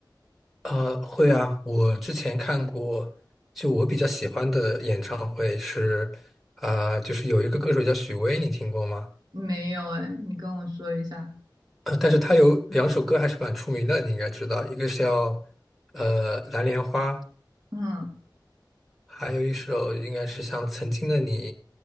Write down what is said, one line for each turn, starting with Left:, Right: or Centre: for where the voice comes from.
Centre: 呃，会啊，我之前看过，就我比较喜欢的演唱会是，啊、就是有一个歌手叫许巍，你听过吗？
Right: 没有哎，你跟我说一下。
Centre: 呃，但是他有两首歌还是蛮出名的，你应该知道，一个是叫呃《蓝莲花》，
Right: 嗯。
Centre: 还有一首应该是像《曾经的你》。